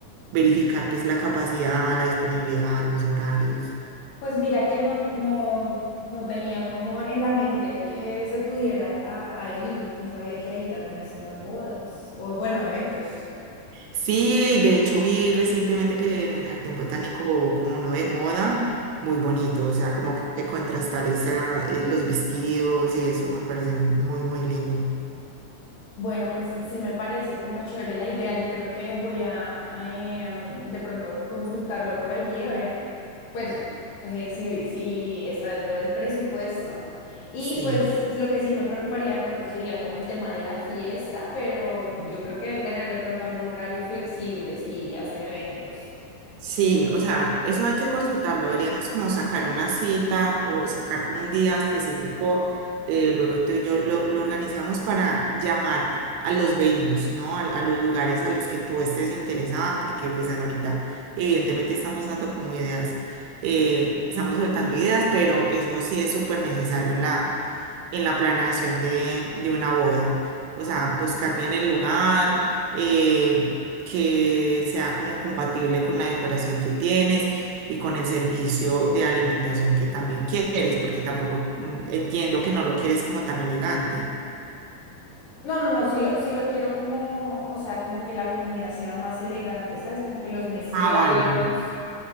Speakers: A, on the right; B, on the left.
A: verificar pues la capacidad, la disponibilidad, los horarios.
B: Pues mira que no, no, no tenía como en la mente que se pudiera a- ahí, no sabía que ahí también hacían bodas o bueno, eventos.
A: Sí, de hecho vi recientemente que en el Jardín Botánico, como no de moda, muy bonito, o sea, como que contrastar esa, eh, los vestidos y eso me parece muy, muy lindo.
B: Bueno, pues sí me parece como chévere la idea. Yo creo que voy a, eh, am, de pronto consultarlo por allí a ver Bueno, eh, si sí está dentro del presupuesto. Y
A: Sí.
B: pues lo que sí me preocuparía de pronto sería como el tema de la fiesta, pero yo creo que deben tener de pronto algún horario flexible si hacen eventos.
A: Sí, o sea, eso hay que consultarlo. Deberíamos como sacar una cita o sacar como un día específico. eh, luego tú y yo lo, lo organizamos para llamar a los venues, ¿no? A, a los lugares a los que tú estés interesada, porque pues ahorita evidentemente estamos dando como ideas, eh, estamos soltando ideas, pero eso sí es súper necesario en la, en la planeación de, de una boda. O sea, buscar bien el lugar, eh, que sea como compatible con la decoración que tienes y con el servicio de alimentación que también quieres, porque tampoco mm, entiendo que no lo quieres como tan elegante.
B: No, no, no, si lo, si lo quiero como, o sea, como que la comida sea más elegante, ¿sabes? Como que los meseros.
A: Ah, vale,